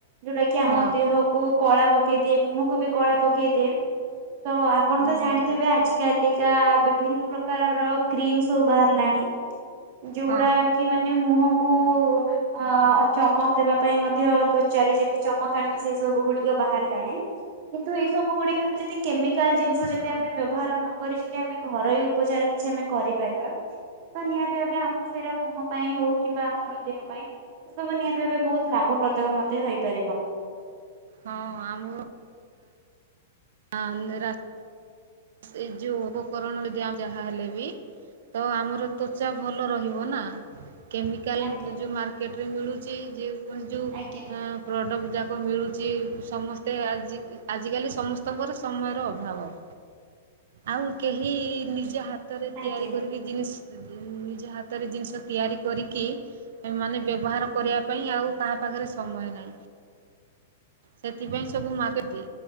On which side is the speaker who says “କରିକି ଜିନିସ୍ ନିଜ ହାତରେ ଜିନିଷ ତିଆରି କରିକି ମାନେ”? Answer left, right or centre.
Right